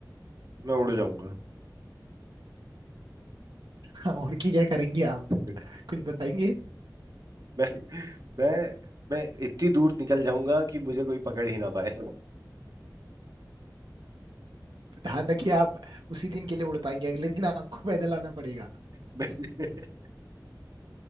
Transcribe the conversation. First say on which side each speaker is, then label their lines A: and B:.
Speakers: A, on the right; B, on the right.
A: मैं उड़ जाऊंगा
B: हाँ, उड़ के क्या करेंगे आप
A: <laughs>
B: कुछ बताएंगे
A: मैं मैं मैं इतनी दूर निकल जाऊंगा कि मुझे कोई पकड़ ही ना पाए
B: ध्यान रखिए आप उसी दिन के लिए उड़ पाएंगे अगले दिन आपको पैदल आना पड़ेगा
A: <laughs> मैं,